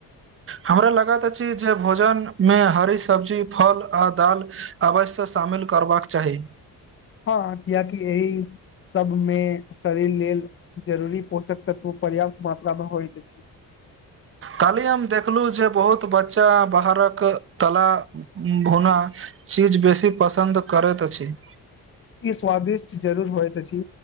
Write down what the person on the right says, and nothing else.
हमरा लागत अछि जे भोजन मे हरी सब्जी, फल, आ दाल। अवश्य शामिल करबाक चाही।
काल्ही हम देखलू जे बहुत बच्चा बाहरक कला। भुना चीज बेसी पसंद करैत अछि।